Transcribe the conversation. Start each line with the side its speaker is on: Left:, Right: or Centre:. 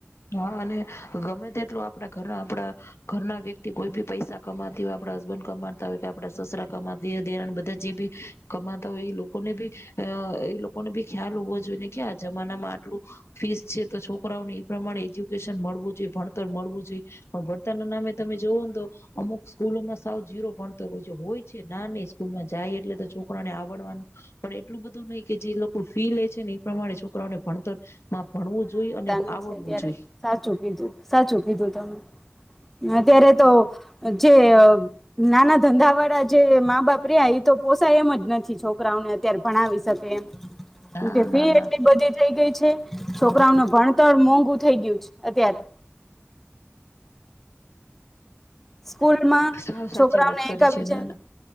Left: હા અને ગમે તેટલું આપડા ઘરના આપડા ઘરના વ વ્યક્તિ કોઇ દી પૈસા કમાતી હો આપડા હસબન્ડ કમાતા હોય કે આપડા સસરા કમાતી દિણ બધા જે ભી કમાતા હોય એ લોકોને બી અ એ લોકોને બી ખ્યાલ હોવો જોઈએ ને કે આ જમાનામાં આટલું ફીસ છે તો છોકરાઓને પ્રમાણે એજ્યુકેશન મળવું જોઈએ ભણતર મળવું જોઈએ પણ ભણતરના નામે તમે જોવઓ ને તો અમુક સ્કૂલોમાં સાવ જીરો ભણતર હો હોય છે ના નહ સ્કૂલમાં જાય એટલે તો છોકરાને આવડવાનું પણ એટલું બધું નહિ કે જે લોકો ફી લે છે ને પ્રમાણે છોકરાઓને ભણતર મા ભણવું જોઈએ અને
Centre: ત્યારે
Left: આવડવું જોઈએ
Centre: સાચું કીધું સાચું કીધું તમે. અત્યારે તો જે અ નાના ધંધાવાળા જે મા બાપ રહ્યા એ તો પોષાય એમ જ નથી છોકરાઓને અત્યારે ભણાવી શકે એમ.
Left: ના
Centre: કે ફી
Left: ના ના
Centre: એટલી બધી થઇ ગઈ. છે. છોકરાઓનું ભણતર મોંઘું થઈ ગયું છે અત્યારે. સ્કૂલમાં
Left: સાવ સાચી
Centre: છોકરાઓને
Left: વાત કરી
Centre: એકા
Left: છે
Centre: બીજા
Left: નાના